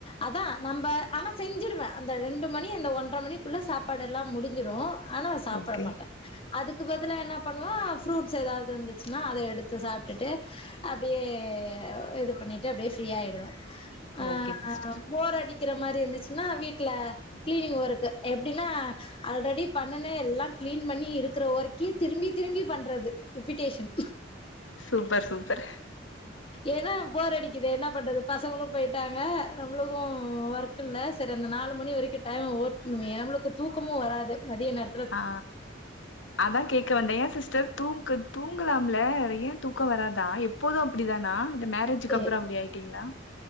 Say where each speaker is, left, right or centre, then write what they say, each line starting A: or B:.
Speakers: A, on the left (about 30°); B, on the left (about 85°).
A: அதா நம்ம ஆனா செஞ்சிடுவே அந்த ரெண்டு மணி அந்த ஒன்றரை மணிக்குள்ள சாப்பாடு எல்லாம் முடிஞ்சிடும் ஆனா சாப்ட
B: ஓகே.
A: மாட்டே அதுக்கு பதிலா என்ன பண்ணுவா ஃப்ரூட்ஸ் ஏதாவது இருந்துச்சுன்னா அத எடுத்து சாப்ட்டுட்டு அப்டியே இது பண்ணிட்டு அப்டியே ஃப்ரீயாயிடுவே அ
B: ஓகே சிஸ்டர்.
A: போர் அடிக்கிற மாரி இருந்துச்சுன்னா வீட்டுல கிளீனிங் ஒர்க்கு எப்டின்னா ஆல்ரெடி பண்ணன எல்லாம் கிளீன் பண்ணி இருக்கிற ஒர்கியும் திரும்பி திரும்பி பண்றது ரிபிடேஷன்
B: சூப்பர் சூப்பர் <inaudible>
A: ஏன்னா போரடிக்குது என்ன பண்றது பசங்களும் போயிட்டாங்க நம்மளுக்கு ஒர்க் சரி அந்த நாலு மணி வரைக்கும் டைம் ஓட்ன்மே நமளுக்கு தூக்கமும் வராது மதிய நேரத்
B: அ அதா கேட்க வந்தே ஏன் சிஸ்டர் தூக்கு தூங்கலாம்ல ஏ தூக்க வராதா எப்போது அப்டிதானா இல்ல மேரேஜுக்கு
A: இ
B: அப்பறம் அப்டி ஆயிட்டீங்களா